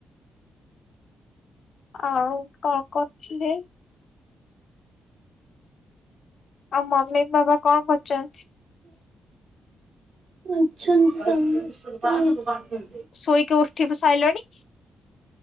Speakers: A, on the left; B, on the right.
A: ଆଉ କଣ କରୁଥିଲେ? ଆଉ ମମି ବାବା କଣ କରୁଛନ୍ତି?
B: ହ ଅଛନ୍ତି ସମସ୍ତେ <unintelligible>
A: ଶୋଇକି ଉଠି ବି ସାଇଲଣି?